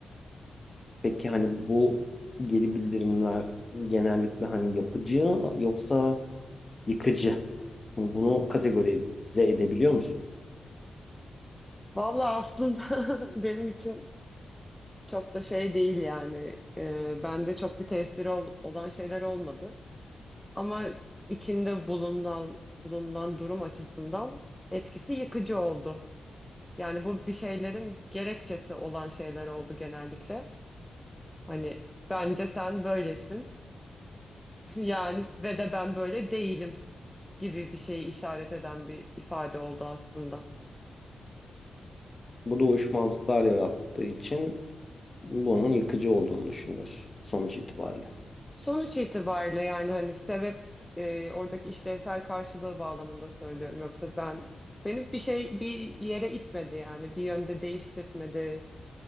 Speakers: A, on the left; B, in the centre.
A: Peki hani bu geri bildirimler genellikle hani yapıcı yoksa yıkıcı? Bunu kategorize edebiliyor musun?
B: Vallahi aslında <laughs> benim için çok da şey değil yani. Ee, bende çok bir tesiri ol- olan şeyler olmadı. Ama içinde bulunan bulunan durum açısından etkisi yıkıcı oldu. Yani bu bir şeylerin gerekçesi olan şeyler oldu genellikle. Hani bence sen böylesin. Yani ve de ben böyle değilim gibi bir şeyi işaret eden bir ifade oldu aslında.
A: Bu da uyuşmazlıklar yarattığı için bunun yıkıcı olduğunu düşünüyorsun sonuç itibariyle.
B: Sonuç itibariyle yani hani sebep e, oradaki işlevsel karşılığı bağlamında söylüyorum. Yoksa ben beni bir şey bir yere itmedi yani bir yönde değiştirtmedi,